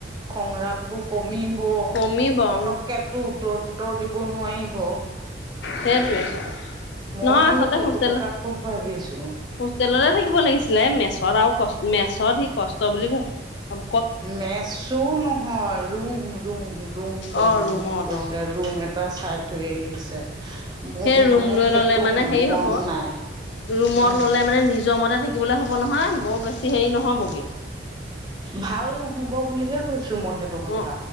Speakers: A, on the right (about 20°); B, on the left (about 70°).
A: খং ৰাগবোৰ কমিব
B: কমিব উম
A: পতককেটো উত্তৰ পোতৰ দিব নোৱাৰিব।
B: সেইটোৱে
A: ময়ো
B: নহয় আচলতে
A: সেইটো
B: হোষ্টেলত
A: কথা খুব ভাবিছো।
B: হোষ্টেলতে থাকিব লাগিছিলে এ মেছত আৰু কছ মেছত সি কষ্ট বুলি ভাব
A: মেচো নহয় ৰুম ৰুম ৰুম ৰুম
B: অ ৰুমত
A: বুলি কৈছে।
B: অ
A: ৰুম এটা এটা চাই থৈ আহিছে। মোৰ
B: সেই ৰুম
A: মানে
B: লৈ
A: সেইটো
B: ললে মানে হেৰি
A: মন
B: হ'ব
A: নাই
B: ৰুমত
A: মোৰ
B: ললে মানে নিজ নিজৰ মতে থাকিবলৈ হ'ব নহয় বৰ বেছি হেৰি নহ'বগে।
A: ভাল নহ'ব বুলিহে কৈছো মই সেইটো কথা।
B: অ